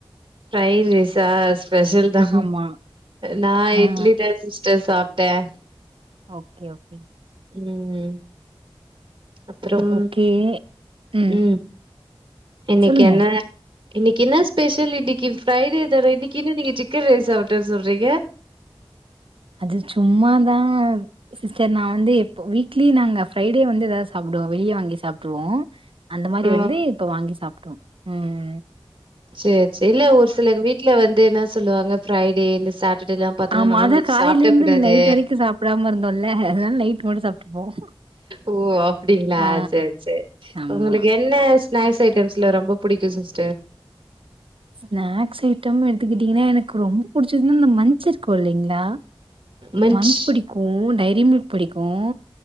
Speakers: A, on the right (about 50°); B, on the right (about 70°).
A: ஃப்ரைட் ரைஸ் ஆ ஸ்பெசல்தா
B: ஆமா
A: நா
B: ஆ
A: இட்லிதா சிஸ்டர் சாப்ட்டே த்த
B: ஓகே ஓக்
A: ம் அப்புறம்
B: ஓகே ம்
A: உம் இன்னைக்கு
B: சொல்லுங்க
A: என்ன இன்னைக்கு என்ன ஸ்பெஷல் இன்னைக்கு ஃப்ரைடே தான இன்னைக்கு என்ன நீங்க சிக்கன் ரைஸ் சாப்ட்னேனு சொல்றீங்க
B: அது சும்மாதான் சிஸ்டர் நான் வந்து எப் ப்ப வீக்லி நாங்க ஃபிரைட் டே வந்து எதாவது சாப்பிடுவோம் வெளிய வாங்கி சாப் சாப்ட்றுவோம் அந்த மாரி
A: ஆ
B: வந்து இப்ப வாங்கி சாப்ட்றுவோம் உம்
A: சேர் சேர் இல்ல ஒரு சிலர் வீட்டுல வந்து என்ன சொல்லுவாங்க ஃப்ரைடே சட் டே பாத்தீங்னா
B: ஆமா
A: நான்வெஜ்
B: அதா காலைல
A: சாப்பிட
B: இருந்து
A: கூடாது
B: நைட் வரைக்கு சாப்டாம இருந்தோல்ல அதனால நைட் மட்டு சாப்ட்டுப்போ
A: ஓ அப்டிங்ளா
B: ஆ
A: சேர் சேர்
B: ஆமா
A: உங்களுக்கு என்ன ஸ்நாக்ஸ் ஐட்டம்ஸ்லா ரொம்ப புடிக்கும் சிஸ்டர்
B: ஸ்நாக்ஸ் ஐட்டம் எடுத்துக்கிட்டீங்கன்னா எனக்கு ரொம்ப புிடிச்சதுன்னா அந்த மஞ்ச் இருக்கும் இல்லைங்களா
A: மன்ச்
B: மஞ்ச் பிடிக்கும் டை ரி மில்க் பிடிக்கும்